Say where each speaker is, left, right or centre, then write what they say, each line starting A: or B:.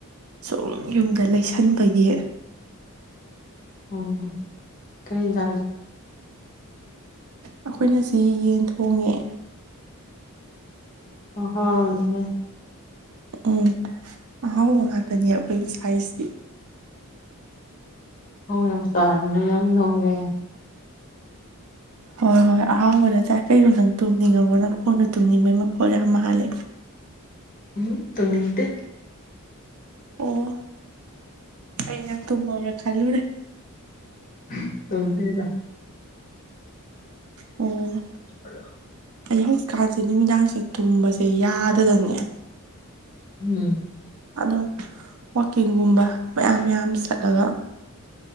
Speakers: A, on the right (about 70°); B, on the left (about 40°).
A: ꯁꯨꯝ ꯌꯨꯝꯗ ꯂꯩꯁꯟꯕꯒꯤ
B: ꯎꯝ ꯀꯔꯤꯖꯥꯡ
A: ꯑꯩꯈꯣꯏꯅ ꯁꯤ ꯌꯦꯟ ꯊꯣꯡꯉꯦ
B: ꯑ ꯍ ꯍꯅꯦꯅꯦ <unintelligible>
A: ꯎꯝ ꯑꯍꯥꯎ ꯉꯥꯛꯇꯅꯦꯕ ꯑꯩꯈꯣꯏꯒꯤ ꯁꯥꯏꯖꯇꯤ
B: ꯍꯥꯎꯌꯥꯝ ꯆꯥꯡꯅꯅꯦ ꯌꯥꯝ ꯅꯣꯏꯔꯦ <unintelligible>
A: ꯍꯣꯏ ꯍꯣꯏ ꯑꯍꯥꯎꯕꯗ ꯆꯥꯏ ꯀꯩꯅꯣ ꯅꯪ ꯇꯨꯝꯅꯤꯡꯉꯕ꯭ꯔꯣ ꯅ ꯈꯣꯟꯠꯅ ꯇꯨꯝꯅꯤꯡꯕꯩ ꯃꯈꯣꯠꯂ ꯌꯥꯝ ꯃꯥꯜꯂꯦ
B: ꯎꯝ ꯇꯨꯝꯅꯤꯡꯇꯦ
A: ꯑꯣ ꯑꯩ ꯅꯪ ꯇꯨꯝꯃꯧꯔꯦ ꯈꯜꯂꯨꯔꯦ
B: ꯑꯍꯨꯝ ꯇꯨꯝꯗꯤꯔꯤꯗ
A: ꯎꯝ
B: ꯑꯌꯥ
A: ꯑꯩ ꯍꯧꯖꯤꯛꯀꯥꯟꯁꯦ ꯅꯨꯃꯤꯗꯥꯡꯁꯦ ꯇꯨꯝꯕꯁꯦ ꯌꯥꯗꯗꯅꯦ
B: ꯎꯝ
A: ꯑꯗꯣ ꯋꯥꯛꯀꯤꯡꯒꯨꯝꯕ ꯃꯌꯥꯝ ꯃꯌꯥꯝ ꯆꯠꯂꯒ